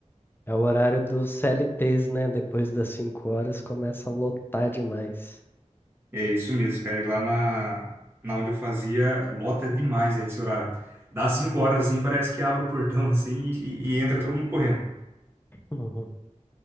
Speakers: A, on the left; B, on the right.
A: É o horário dos CLTs, né? Depois das 5 horas começa a lotar demais.
B: É isso mesmo, cara. E lá na, na onde eu fazia, lota demais a esse horário. Dá cinco horas assim, parece que abre o portão <laughs> assim e, e entra todo mundo correndo.
A: <laughs>